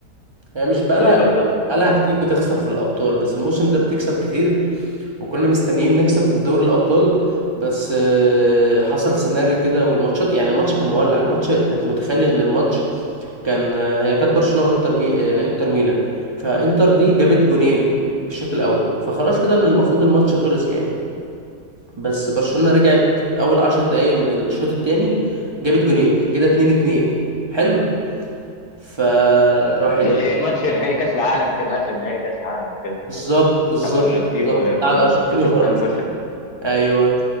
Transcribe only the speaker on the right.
هي مش بقالها
بقالها
كتير بتخسر في الابطال بس الموسم ده بتكسب كتير وكنا مستنيين نكسب دوري الابطال بس آه، حصل سيناريو كده والماتشات يعني الماتش كان مولع الماتش انت متخيل ان الماتش كان هي كانت برشلونة وانتر مي... انتر ميلان فانتر دي جابت جونين الشوط الاول فخلاص كده ان المفروض الماتش خلص يعني بس برشلونة رجعت اول عشر دقايق من الشوط التاني جابت جونين فكده اتنين اتنين حلو فراحت
بالظبط بالظبط
بالظبط
على الارجنتين
وفرنسا
ايوه